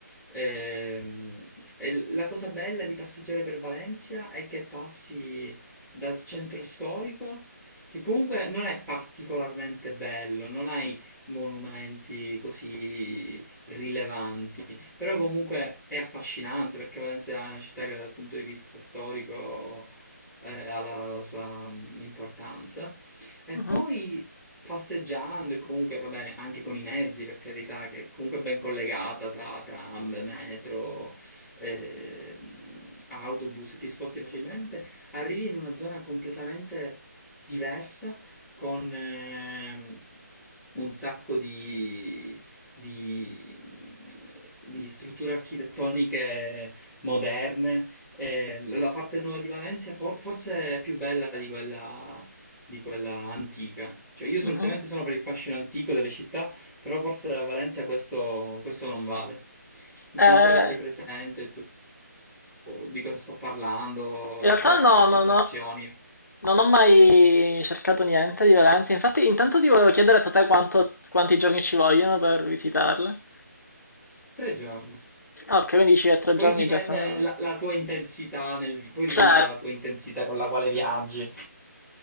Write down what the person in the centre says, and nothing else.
Ehm, E, la cosa bella di passeggiare per Valencia è che passi dal centro storico, che comunque non è particolarmente bello, non hai monumenti così rilevanti. Però comunque è affascinante perché Valencia è una città che dal punto di vista storico eh, ha la sua mm, importanza. E
poi passeggiando e comunque va bene anche con i mezzi, per carità, che comunque è ben collegata tra tram, metro, ehm, autobus e ti sposti facilmente, arrivi in una zona completamente diversa con ehm, un sacco di di, di strutture architettoniche moderne. Eh, la parte nuova di Valencia for- forse è più bella di quella, di quella antica. Cioè, io solitamente
sono per il fascino antico delle città, però forse a Valencia questo, questo non vale.
Non so se sei presente tu di cosa sto parlando,
le
attra-
queste
attrazioni.
Tre giorni.
Poi
dipende
la, la tua intensità nel, poi dipende
dalla tua intensità con la quale viaggi.